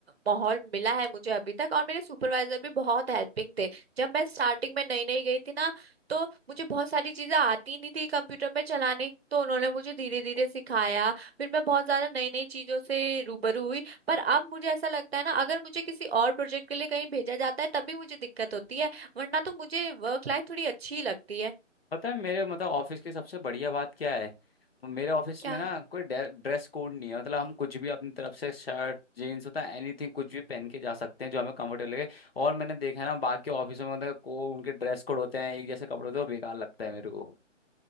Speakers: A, on the right; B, on the left.
A: माहौल मिला है मुझे अभी तक और मेरे सुपरवाइजर भी बहुत हेल्पिंग थे जब मैं स्टार्टिंग में नई नई गई थी ना तो मुझे बहुत सारी चीजें आती नहीं थी कंप्यूटर में चलाने तो उन्होंने मुझे धीरे धीरे सिखाया फिर मैं बहुत ज्यादा नई नई चीजों से रूबरू हुई पर अब मुझे ऐसा लगता है ना अगर मुझे किसी और प्रोजेक्ट के लिए कहीं भेजा जाता है तभी मुझे दिक्कत होती है वरना तो मुझे वर्क लाइफ थोड़ी अच्छी लगती है
B: पता है मेरे मतलब ऑफिस की सबसे बढ़िया बात क्या है मेरे ऑफिस
A: क्या
B: में ना कोई ड्रेस कोड नहीं है मतलब हम कुछ भी अपनी तरफ से शर्ट जीन्स होता है एनीथिंग कुछ भी पहन के जा सकते हैं जो हमें कंफर्टेबल लगे और मैंने देखा है ना बाकी ऑफिसों में मतलब को उनके ड्रेस कोड होते हैं एक जैसे कपड़े होते हैं वो बेकार लगता है मेरे को